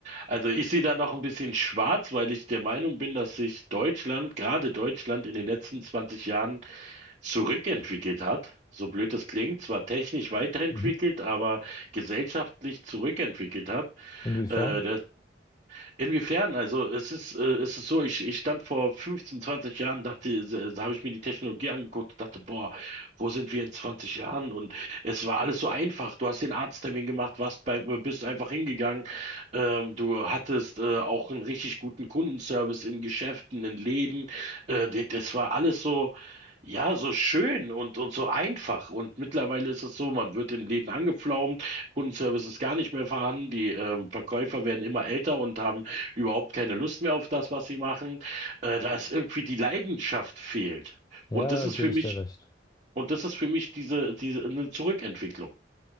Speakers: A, on the right (about 35°); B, on the left (about 20°).
A: Also ich sehe da noch ein bisschen schwarz, weil ich der Meinung bin, dass sich Deutschland, gerade Deutschland, in den letzten 20 Jahren zurückentwickelt hat. So blöd es klingt, zwar technisch weiterentwickelt,
B: Mhm.
A: aber gesellschaftlich zurückentwickelt hat.
B: Inwiefern?
A: Äh, Inwiefern? Also es ist, äh, es ist so, ich, ich stand vor 15, 20 Jahren, dachte, da, da habe ich mir die Technologie angeguckt und dachte, boah, wo sind wir in 20 Jahren? Und es war alles so einfach. Du hast den Arzttermin gemacht, warst beim, bist einfach hingegangen. Ähm, du hattest äh, auch einen richtig guten Kundenservice in Geschäften, in Läden. Äh, de- das war alles so. Ja, so schön und, und so einfach. Und mittlerweile ist es so, man wird in Läden angepflaumt, Kundenservice ist gar nicht mehr vorhanden, die ähm, Verkäufer werden immer älter und haben überhaupt keine Lust mehr auf das, was sie machen. Äh, da ist irgendwie die Leidenschaft fehlt.
B: Ja,
A: Und das
B: da
A: ist
B: gebe
A: für mich,
B: ich dir recht.
A: und das ist für mich diese, diese, eine Zurückentwicklung.